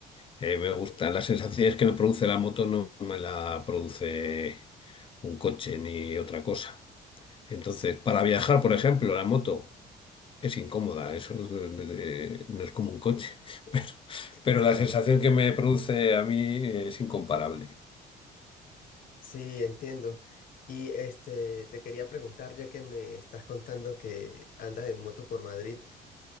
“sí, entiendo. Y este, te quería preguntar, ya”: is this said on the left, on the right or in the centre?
Left